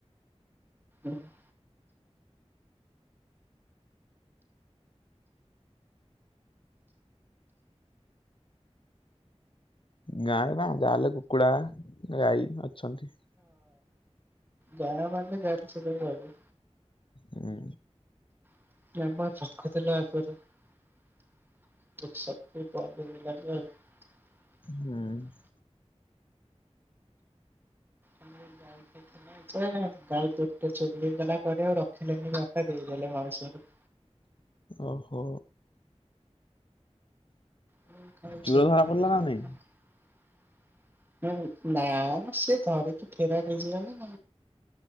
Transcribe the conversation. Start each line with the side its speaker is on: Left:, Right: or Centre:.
Right: ଉଁହୁଁ।
Left: ଗାଁରେ ନା ଯାହାହେଲେ କୁକୁଡା ଗାଈ ଅଛନ୍ତି।
Right: ଯାହା ମାନେ <inaudible>
Left: ହୁଁ।
Right: <inaudible> <inaudible>
Left: ହୁଁ
Right: ଆମର ଗାଈ ଟେ କିଏ ନଚୋରି ହେଇଗଲା ପରେ ଆଉ ରଖିଲେନି ବାପା ଦେଇଦେଲେ ମାଉସୀଙ୍କୁ।
Left: ଓହୋ।
Right: <unintelligible>
Left: ଚୁର ଧରା ପଡିଲା ନା ନାଇଁ?
Right: ହୁଁ ନାଆ ମ ସେ ଧରିକି ଫେରାର ହୋଇଯାବେ <inaudible>